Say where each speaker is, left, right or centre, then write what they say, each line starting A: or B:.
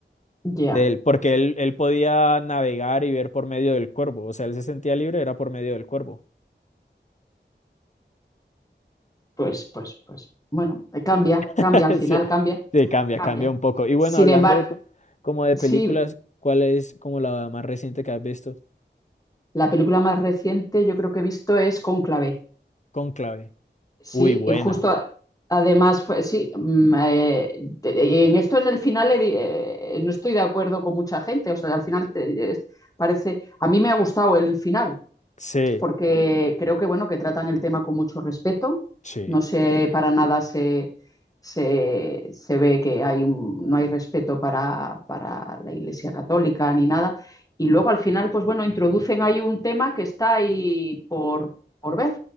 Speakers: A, on the left (about 20°); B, on the left (about 40°).
A: Ya,
B: de él, porque él, él podía navegar y ver por medio del cuervo, o sea, él se sentía libre, era por medio del cuervo.
A: pues, pues, pues. Bueno, eh, cambia,
B: <laughs>
A: cambia, al final
B: sí
A: cambia,
B: sí cambia,
A: cambia.
B: cambia un poco. Y bueno,
A: Sin
B: hablando
A: embargo,
B: co- como de
A: sí,
B: películas, ¿cuál es como la más reciente que has visto?
A: la película más reciente yo creo que he visto es Cónclave.
B: Cónclave.
A: Sí,
B: Uy, buena.
A: y justo a- además fue, sí, mm, eh, te- y en esto en el final he di- eh, no estoy de acuerdo con mucha gente, o sea, al final te- es- parece, a mí me ha gustado el final,
B: Sí,
A: porque creo que bueno, que tratan el tema con mucho respeto,
B: sí,
A: no sé, para nada se, se, se ve que hay un- no hay respeto para, para la Iglesia Católica ni nada, y luego al final, pues bueno, introducen ahí un tema que está ahí por, por ver